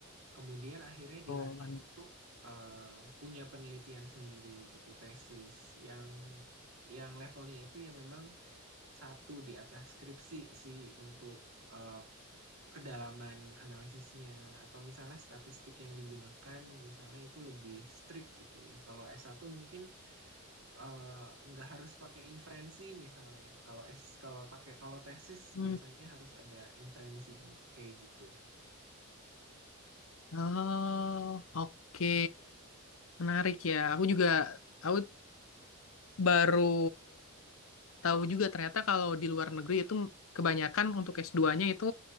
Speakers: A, on the right (about 65°); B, on the left (about 65°).
A: Kemudian akhirnya
B: Oh,
A: dilatih
B: man.
A: untuk eh, punya penelitian sendiri gitu, tesis yang yang levelnya itu ya memang satu di atas skripsi sih untuk eh, kedalaman analisisnya atau misalnya statistik yang digunakan misalnya itu lebih strict gitu ya. Kalau s satu mungkin eh, nggak harus pakai inferensi misalnya. Kalau S kalau pakai kalau tesis
B: Hmm.
A: biasanya harus ada inferensinya kayak gitu.
B: Oh, oke. Menarik ya. Aku juga, aku baru tahu juga ternyata kalau di luar negeri itu kebanyakan untuk S2-nya itu